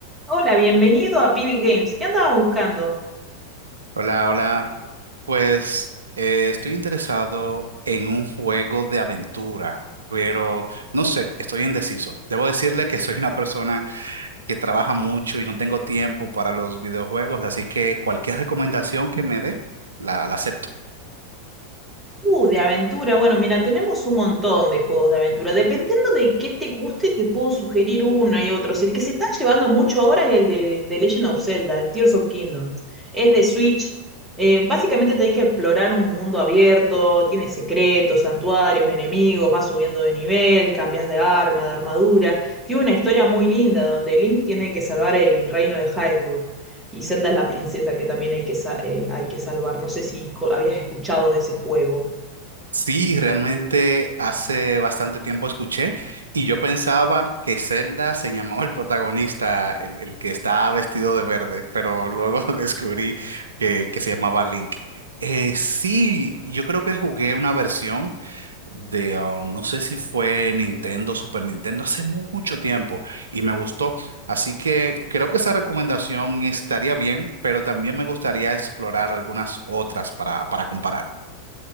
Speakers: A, in the centre; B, on the right.
A: Hola, bienvenido a PB Games. ¿Qué andabas buscando?
B: Hola, hola. Pues eh, estoy interesado en un juego de aventura, pero no sé, estoy indeciso. Debo decirle que soy una persona que trabaja mucho y no tengo tiempo para los videojuegos, así que cualquier recomendación que me dé, la, la acepto.
A: Uh, de aventura. Bueno, mira, tenemos un montón de juegos de aventura. Dependiendo de qué te guste, te puedo sugerir uno y otros. El que se está llevando mucho ahora es el de, de Legend of Zelda, el Tears of Kingdom. Es de Switch. Eh, básicamente tenés que explorar un mundo abierto, tiene secretos, santuarios, enemigos, vas subiendo de nivel, cambias de arma, de armadura. Tiene una historia muy linda donde Link tiene que salvar el reino de Hyrule. Y Zelda es la princesa que también hay que, sa- eh, hay que salvar. No sé si co- habías escuchado de ese juego.
B: Sí, realmente hace bastante tiempo escuché y yo pensaba que Zelda se llamaba el protagonista, el, el que estaba vestido de verde, pero luego <laughs> descubrí que, que se llamaba Link. Eh, sí, yo creo que jugué una versión de, um, no sé si fue Nintendo, Super Nintendo, hace mucho tiempo y me gustó. Así que creo que esa recomendación estaría bien, pero también me gustaría explorar algunas otras para, para comparar.